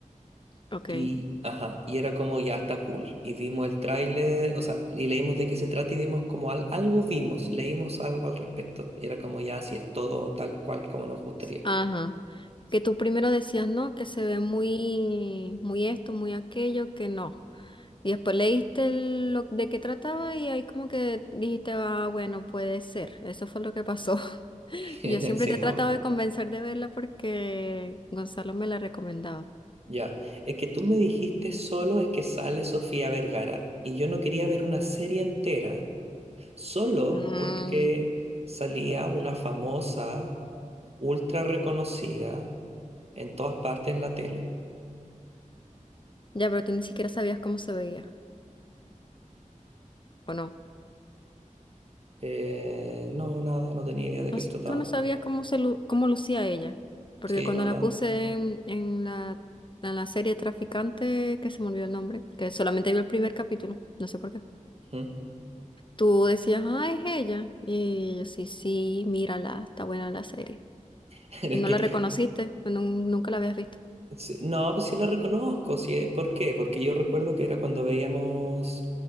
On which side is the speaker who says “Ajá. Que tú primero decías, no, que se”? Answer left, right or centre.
Left